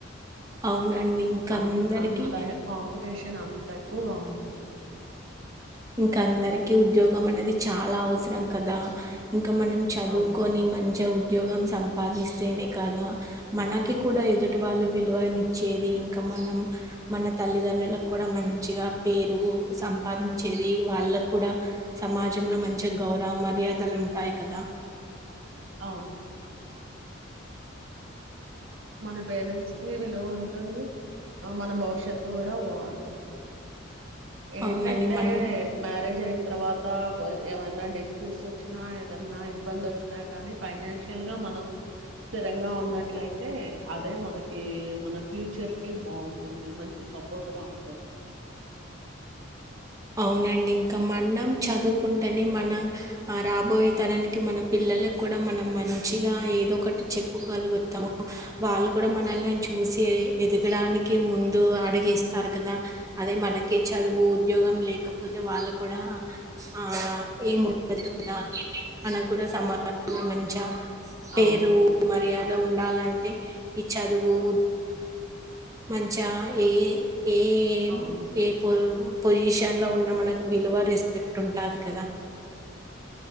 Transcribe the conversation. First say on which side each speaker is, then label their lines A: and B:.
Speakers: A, on the right; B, on the right.
A: అవునండి ఇంక
B: ఆన్
A: అందరికీ
B: అంత కాంపిటీషన్ అంత ఎక్కువగా ఉంటుంది
A: ఇంకా అందరికిీ ఉద్యోగం అనేది చాలా అవసరం కదా ఇంకా మనం చదువుకొని
B: అవును
A: మం ఉద్యోగం సంపాదిస్తేనే కదా మనకి కూడా ఎదుటి వాళ్ళు విలువనిచ్చేది ఇంకా మనం మన తల్లిదండ్రులకు కూడా మంచిగా పేరు సంపాది చేరి వాళ్ళకు కూడా సమాజంలో మంచి గౌరవ మర్యాదలు ఉంటాయి కదా
B: అవును మన పేరెంట్స్ నీ విలువ ఉంటుంది మన భవిష్యత్తు కూడా బాగుంటుంది ఏంటంటే
A: అవునండి మనం
B: మ్యారేజ్ అయినా తర్వాత కొ ఏమన్నా డిస్ప్యూట్స్ వచ్చినా ఏదన్నా ఇబ్బంది వచ్చినా కానీ ఫైనాన్షియల్ గా మనం స్థిరంగా ఉన్నట్లయితే అంటే అదే మనకి మన ఫ్యూచర్ కి బావుంటుంది మంచి సపోర్ట్గా ఉంటుంది
A: అవునండి ఇంకా మన్నం చదువు కుంటేనే
B: ఆ,
A: మన ఆ రాబోయే తరానికి మన పిల్లలకి కూడా మనం మంచిగా ఏదో ఒకటి చెప్పుగలుగుతాము వాళ్ళు కూడా మనల్నిని చూసి ఎదగడానికి ముందు అడిగేస్తారు కదా అదే మనకి చదువు ఉద్యోగం లేకపోతే వాళ్ళు కూడా ఆ ఏమి ఉండదు కదా మనకు కూడా సమాజంలో మంచ పేరు
B: అవును
A: మర్యాద ఉండాలంటే ఈ చదువు ఉ మంచిగా ఏ ఏ
B: అవును
A: ఏపోల్ పొజిషన్ లో ఉన్న మనకు విలువ రెస్పెక్ట్ ఉంటాది కదా